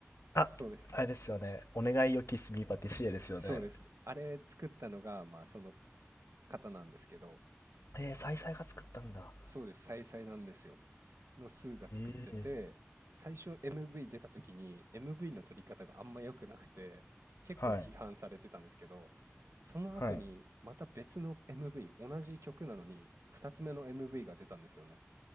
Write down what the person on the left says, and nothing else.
ああれですよね「お願いよキスミーパティシエ」ですよね
えー、サイサイが作ったんだ
へえ
はい
はい